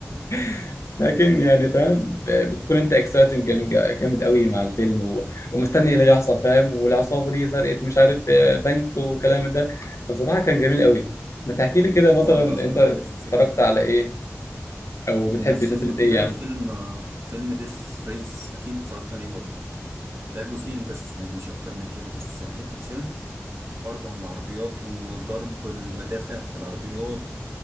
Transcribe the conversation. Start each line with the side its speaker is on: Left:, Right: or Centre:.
Left: <laughs> لكن يعني فاهم ب- بتكون انت اكسايتنج جامد جامد قوي مع الفيلم و- ومستني ايه اللي هيحصل فاهم والعصابه دي سرقت مش عارف آه، بنك وكلام ده فبصراحه كان جميل قوي ما تحكي لي كده مثلا
Right: اه انا اصلا
Left: انت
Right: بحب السلسله
Left: اتفرجت
Right: دي
Left: على ايه او
Right: من
Left: بتحب
Right: نفس
Left: سلسله
Right: النوع كده
Left: ايه يعني
Right: فيلم فيلم ديس ريس اكيد اتفرجت عليه برضه ده جزئين بس يعني مش اكتر من كده بس حتة فيلم برضه عن العربيات وضرب المدافع في العربيات